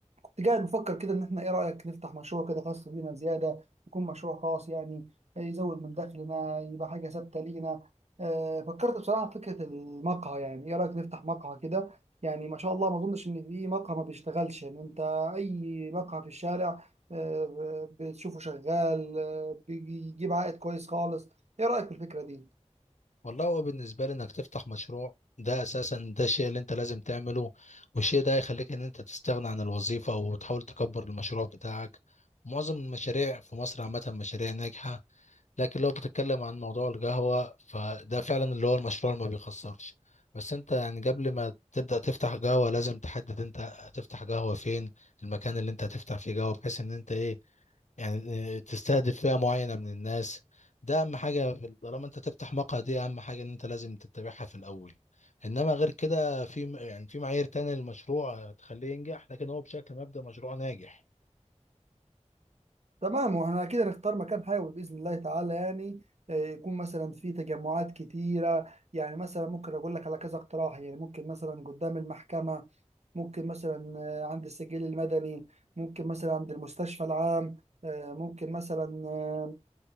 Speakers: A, on the right; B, on the left.
A: كنت قاعد بفكر كده ان احنا ايه رأيك نفتح مشروع كده خاص بينا زيادة يكون مشروع خاص يعني يزود من دخلنا يبقى حاجة ثابتة لينا آه، فكرت بصراحة في فكرة المقهى يعني ايه رأيك نفتح مقهى كده يعني ما شاء الله ما اظنش ان في مقهى ما بيشتغلش ان انت اي مقهى في الشارع آه، بتشوفه شغال آه، بيجيب عائد كويس خالص ايه رأيك في الفكرة دي
B: والله هو بالنسبة لي انك تفتح مشروع ده اساسا ده الشيء اللي انت لازم تعمله والشيء ده هيخليك ان انت تستغنى عن الوظيفة وتحاول تكبر المشروع بتاعك معظم المشاريع في مصر عامة مشاريع ناجحة لكن لو بتتكلم عن موضوع القهوة فده فعلا اللي هو المشروع اللي ما بيخسرش بس انت يعني قبل ما تبدأ تفتح قهوة لازم تحدد انت هتفتح قهوة فين المكان اللي انت هتفتح فيه قهوة بحيث ان انت ايه يعني آه، تستهدف فئة معينة من الناس ده أهم حاجة في- طالما أنت تفتح مقهى دي أهم حاجة إن أنت لازم تتبعها في الأول إنما غير كده في يعني في معايير تانية للمشروع تخليه ينجح لكن هو بشكل مبدأ مشروع ناجح
A: تمام واحنا كده نختار مكان حيوي باذن الله تعالى يعني آه، يكون مثلا في تجمعات كتيره يعني مثلا ممكن اقول لك على كذا اقتراح يعني ممكن مثلا قدام المحكمه ممكن مثلا آه، عند السجل المدني ممكن مثلا عند المستشفى العام آه، ممكن مثلا آه،